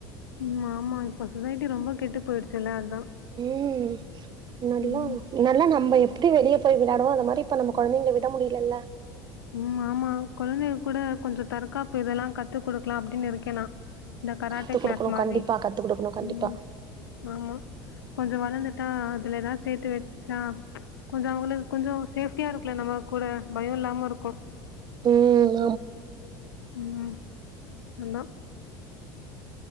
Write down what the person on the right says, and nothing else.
உம் முன்னாடிலா
முன்னாடியெல்லா நம்ம இப்டி வெளிய போய் விளையாடுவோ அது மாரி இப்ப நம்ம கொழந்தைங்கள விட முடியலல்ல
கத்து
குடுக்கணு
கண்டிப்பா கத்து குடுக்கணு கண்டிப்பா
உம்